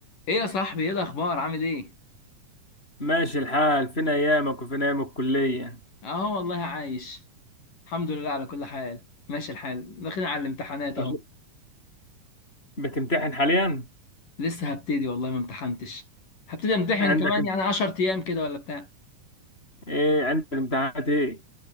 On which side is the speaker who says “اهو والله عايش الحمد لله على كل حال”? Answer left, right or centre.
Left